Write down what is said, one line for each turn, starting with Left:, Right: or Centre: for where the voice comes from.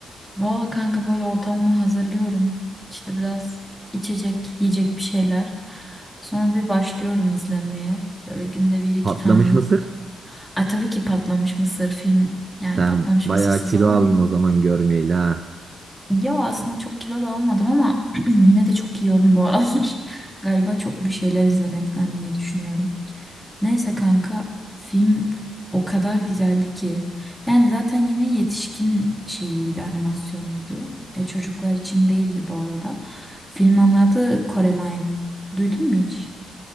Centre: Valla kanka böyle ortamımı hazırlıyorum. İşte biraz içecek, yiyecek bir şeyler. Sonra bir başlıyorum izlenmeye. Böyle günde bir iki
Right: Patlamış
Centre: tane.
Right: mısır?
Centre: Ay tabii ki patlamış mısır film. Yani
Right: Sen
Centre: patlamış
Right: bayağı
Centre: mısırsız
Right: kilo
Centre: olur
Right: aldın
Centre: mu?
Right: o zaman görmeyeli ha.
Centre: Ya aslında çok kilo da almadım ama <clears throat> yine de çok yiyorum bu aralar. <laughs> Galiba çok bir şeyler izlemekten diye düşünüyorum. Neyse kanka film o kadar güzel ki. Yani zaten yine yetişkin şeyiydi animasyonuydu. E, çocuklar için değildi bu arada. Filmin adı Coraline. Duydun mu hiç?